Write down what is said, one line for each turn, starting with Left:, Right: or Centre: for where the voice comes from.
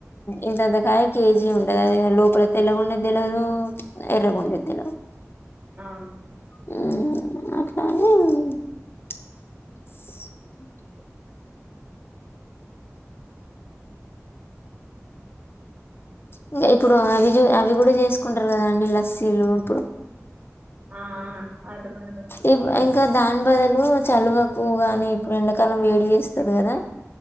Left: ఇంతంతకాయ కేజీ ఉండదు అది లోపల తెల్లగుండద్దేలవదు ఎర్రగుండెద్దేలవదు
Right: అవును
Left: హ్మ్ <unintelligible> ఇంకా ఇప్పుడు అవి అవి కూడా చేసుకుంటారు కదా అండి లస్సీలు ఇప్పుడు
Right: ఆ ఆ అరటి పండ్లతో
Left: ఉమ్
Right: హ్మ్
Left: ఇంకా దాన్ బదులు చలువకు గాని ఇప్పుడు ఎండాకాలం వేడి చేస్తది కదా